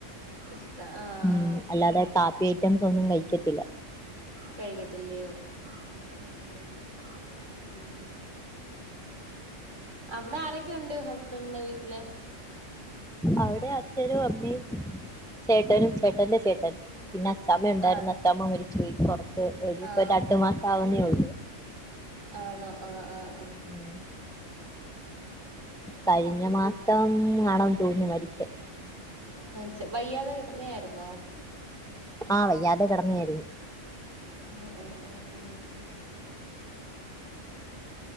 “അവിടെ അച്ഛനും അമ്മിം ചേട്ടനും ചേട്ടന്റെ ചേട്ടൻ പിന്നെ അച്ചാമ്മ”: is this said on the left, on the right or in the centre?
Centre